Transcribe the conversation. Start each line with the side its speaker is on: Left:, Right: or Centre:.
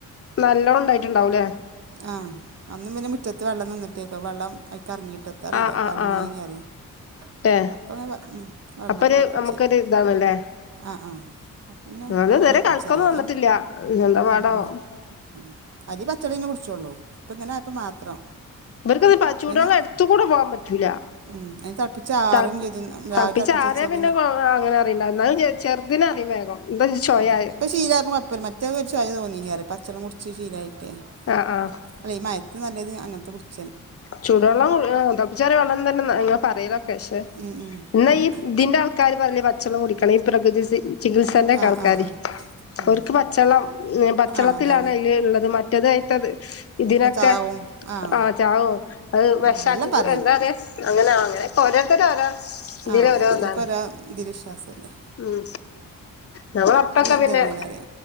Left: നല്ലണം ഉണ്ടായിട്ടുണ്ടാവൂല്ലേ
Right: ആ അന്നും പിന്നെ മുറ്റത്ത് വെള്ളംന്നിട്ടേക്കോ വെള്ളം അയിക്കു ഇറങ്ങിയിട്ടത്ത അറിയില്ല
Left: ആഹ് ആഹ്
Right: കൽഗീനി
Left: ആഹ്
Right: അറിയെ
Left: ഏഹ്
Right: അപ്പ ഉ വെള്ളം
Left: അപ്പൊരു
Right: തിളപ്പിച്ച
Left: നമുക്കൊരു ഇതാണല്ലേ
Right: ആഹ ആഹ് അപ്പം പിന്നെ
Left: അത്
Right: അങ്ങനെ
Left: ഇതുവരെ
Right: തിളപ്പിച്ചല്ലേ
Left: കണക്കൊന്നും
Right: ഇത
Left: വന്നിട്ടില്ല എന്താ പാടാവോ
Right: ഉം ഉ ആദ്യം പച്ചളെ കുടിച്ചോള്ളൂ ഇപ്പ ഇങ്ങനെയപ്പ മാത്രം
Left: ഇവർക്ക പച്ച ചൂടാം
Right: പിന്നെ
Left: എടുത്ത കൂടെ പോവാൻ പറ്റൂല
Right: ഉം അതിന് തിളപ്പിച്ചാറും
Left: ത
Right: ചെയ്ത് രാവിലെ
Left: തളപ്പിച്ച
Right: തിളപ്പിച്ച്
Left: ആരേ
Right: വെച്ചാ
Left: പിന്നെ അങ്ങനെ അറിയണ്ട എന്നാലും ചെറുതിനെ അറിയും വേഗം എന്താ ചൊയ
Right: ഉ ഇപ്പൊ ശീലക്ക അപ്പം മറ്റേെ ഒരു ചൊയ തോന്നിനി പറയാ പച്ചള്ളം കുടിച്ച് ശീലമായിട്ടേ
Left: ആ ആഹ്
Right: അല്ലെഈ മയത്തി നല്ലത് അങ്ങനത്തെ കുറിച്ച്
Left: ചൂടുവെള്ളം തിളപ്പിച്ചാറിയ വെള്ളം തന്നെ ഇ പറയലൊക്കെേഷെ
Right: ഉം ഉം
Left: എന്നാ
Right: ഉം
Left: ഈ ഇതിന്റെ ആൾക്കാര് പറഞ്ഞേ പച്ചള്ളം കുടിക്കണം ഈ പ്രകൃതി ചികിത്സാന്റെ ഒക്കെ
Right: ആഹ്
Left: ആൾക്കാര്
Right: ആഹ് ആഹ് ഉം
Left: അവർക്ക് പച്ചളം പച്ചളത്തിലാണ്
Right: ആഹ് അതാണ്
Left: അയിൽ ഉള്ളത് മറ്റത്ഴത്തത് ഇതിനൊക്കെ
Right: ഒക്കെ ചാവും ആഹ്
Left: ആഹ ചാവോ അത് വിഷക്കി
Right: ഉം എല്ലാം പറയും
Left: എന്താ പററയാ അങ്ങനാ അങ്ങനെ ഓരോരുത്തര ഓരോ ഇതില്
Right: ആ ഓരോ
Left: ഇതാണ്
Right: തീൽ വിശ്വാസം അല്ലേ
Left: ഉം നമ്മൾ അപ്പൊക്കെ പിന്നെ
Right: ഇതന്നെയാണ് അറിയ